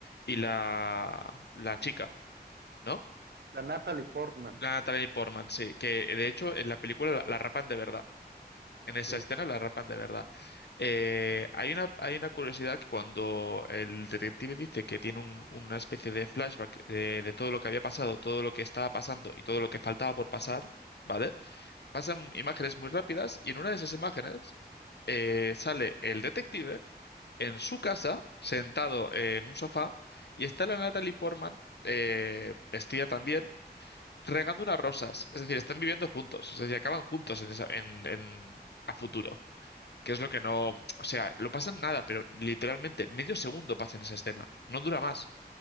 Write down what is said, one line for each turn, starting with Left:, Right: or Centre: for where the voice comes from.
Left: y la, la chica, ¿no?
Right: La Natalie Portman.
Left: La Natalie Portman, sí, que de hecho en la película la, la rapan de verdad. En esa
Right: Sí.
Left: escena la rapan de verdad. Eh, hay una, hay una curiosidad que cuando el detective dice que tiene un- una especie de flashback de, de todo lo que había pasado, todo lo que estaba pasando y todo lo que faltaba por pasar, ¿vale? pasan imágenes muy rápidas y en una de esas imágenes eh, sale el detective en su casa, sentado en un sofá, y está la Natalie Portman, eh, vestida también, regando unas rosas. Es decir, están viviendo juntos, es decir, acaban juntos en esa- en, en- a futuro. Que es lo que no. O sea, lo pasan nada, pero literalmente medio segundo pasa en esa escena. No dura más.